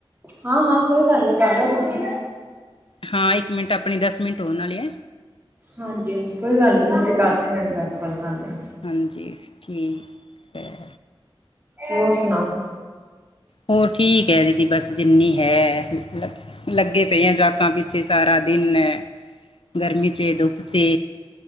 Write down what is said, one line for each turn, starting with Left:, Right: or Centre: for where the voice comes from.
Right: ਹਾਂ-ਹਾਂ, ਕੋਈ ਗੱਲ ਨੀ ਕਰ ਲੋ ਤੁਸੀਂ।
Left: ਹਾਂ, ਇੱਕ ਮਿੰਟ ਆਪਣੇ ਦਸ ਮਿੰਟ ਹੋ ਵਾਲੇ ਐ।
Right: ਹਾਂਜੀ ਹਾਂਜੀ, ਕੋਈ ਗੱਲ ਨੀ, ਤੁਸੀਂ ਕਰ ਲਇਓ ਮੈਨੂੰ ਬੇਕ ਕੋਲ ਕਰ ਲਓ।
Left: ਹਾਂਜੀ ਠੀਕ ਹੈ
Right: ਹੋਰ ਸੁਣਾਓ?
Left: ਹੋਰ ਠੀਕ ਐ, ਦੀਦੀ ਬਸ ਜਿੰਨੀ ਹੈ, ਲੱਗੇ ਪਏ ਆ ਜਾ ਕੇ ਕਾ ਪਿੱਛੇ ਸਾਰਾ ਦਿਨ ਗਰਮੀ ਚੇ ਧੁੱਪ ਚੇ।